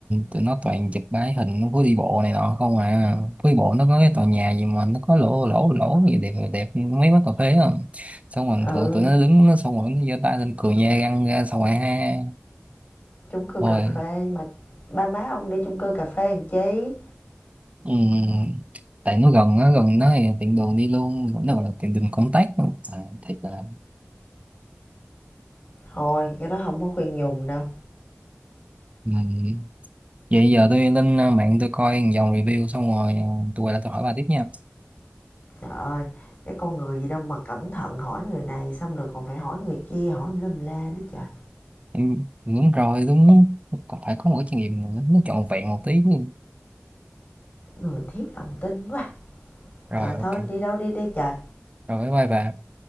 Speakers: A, on the right; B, on the left.
A: tụi nó toàn chụp bái hình phố đi bộ này nọ không à phố đi bộ nó có cái tòa nhà gì mà nó có lỗ lỗ lỗ gì đẹp đẹp mấy quán cà phê á xong rồi
B: ừ
A: thường tụi nó đứng nó xong rồi nó giơ tay lên cười nha răng ra xong rồi ha
B: chung cư
A: rồi
B: cà phê mà ba má ông đi chung cư cà phê làm chi
A: ừm, tại nó gần á gần nó thì tiện đường đi luôn nó gọi là tiện đường công tác luôn. à, thiệt là
B: thôi cái đó không có khuyên dùng đâu
A: ừm. vậy giờ tôi lên à, mạng tôi coi một dòng review xong rồi ờ, tôi quay lại tôi hỏi bà tiếp nha
B: trời ơi cái con người gì đâu mà cẩn thận hỏi người này xong rồi còn phải hỏi người kia hỏi lum la nữa trời
A: Ừ, đúng rồi đúng còn phải có một cái trải nghiệm nó, nó trọn vẹn một tí chứ.
B: người thiếu lòng tin quá
A: rồi
B: rồi
A: ok
B: thôi đi đâu đi đi trời
A: rồi bye bye bà